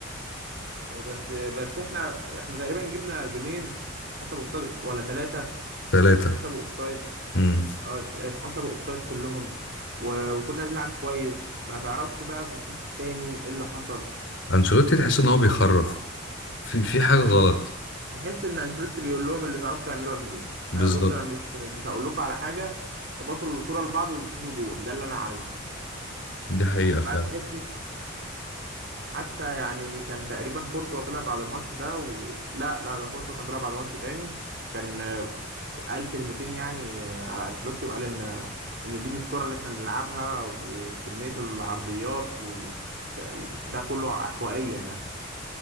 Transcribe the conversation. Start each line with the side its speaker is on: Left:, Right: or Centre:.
Right: بس بس احنا احنا تقريبا جبنا جونين حسب اوفسايد ولا ثلاثة
Left: ثلاثة
Right: حسب اوفسايد
Left: امم
Right: اه حسب اوفسايد كلهم و- وكنا بنلعب كويس ما تعرفش بقى في الشوط التاني ايه اللي حصل
Left: انشيلوتي تحس ان هو بيخرف في في حاجه غلط
Right: تحس ان انشيلوتي بيقول لهم اللي تعرفوا تعملوه اعملوه
Left: بالظبط
Right: آه، بص انا مش مش هقول لكم على حاجة بطلوا الكرة لبعض وحطوا جون ده اللي انا عايزه
Left: دي حقيقه فعلا
Right: تحس حتى يعني كان تقريبا كورتوا طلع بعد الماتش ده و... لا لا ده كورتوا كان طلع بعد ماتش تاني كان آه، قال كلمتين يعني آه، على انشيلوتي وقال ان ان دي مش كرة اللي احنا بنلعبها وكمية العرضيات وال... ده كله عشوائية يعني